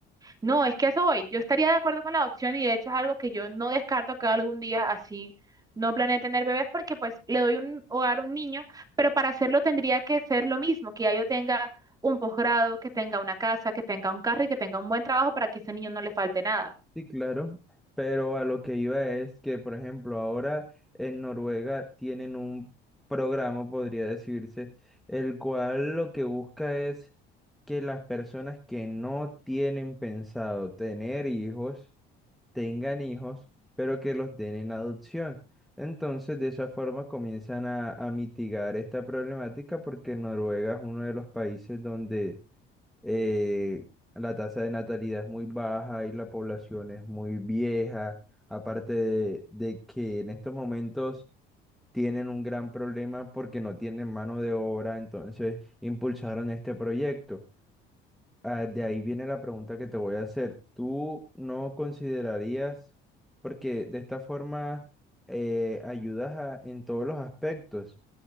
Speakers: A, on the right; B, in the centre.
A: No, es que a eso voy. Yo estaría de acuerdo con la adopción y de hecho es algo que yo no descarto que algún día así no planee tener bebés porque pues le doy un hogar a un niño, pero para hacerlo tendría que ser lo mismo, que ya yo tenga un posgrado, que tenga una casa, que tenga un carro y que tenga un buen trabajo para que ese niño no le falte nada.
B: Sí, claro, pero a lo que iba es que, por ejemplo, ahora en Noruega tienen un programa, podría decirse, el cual lo que busca es que las personas que no tienen pensado tener hijos, tengan hijos, pero que los den en adopción. Entonces, de esa forma comienzan a, a mitigar esta problemática porque Noruega es uno de los países donde eh, la tasa de natalidad es muy baja y la población es muy vieja, aparte de, de que en estos momentos tienen un gran problema porque no tienen mano de obra, entonces impulsaron este proyecto. Ah, de ahí viene la pregunta que te voy a hacer. ¿Tú no considerarías, porque de esta forma eh, ayudas a- en todos los aspectos,